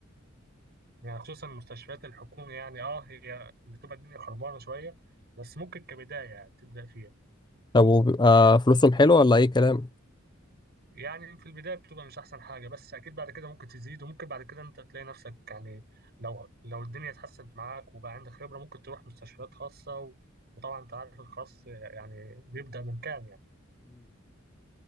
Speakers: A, on the right; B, on the left.
A: يعني خصوصا المستشفيات الحكومية يعني اه هي بتبقى الدنيا خربانة شوية بس ممكن كبداية يعني تبدأ فيها
B: طب وبيبقى فلوسهم حلوه ولا اي كلام
A: يعني في البداية بتبقى مش أحسن حاجة بس أكيد بعد كده ممكن تزيد وممكن بعد كده أنت تلاقي نفسك يعني لو لو الدنيا اتحسنت معاك وبقى عندك خبرة ممكن تروح مستشفيات خاصة و... وطبعا أنت عارف الخاص يعني بيبدأ من كام يعني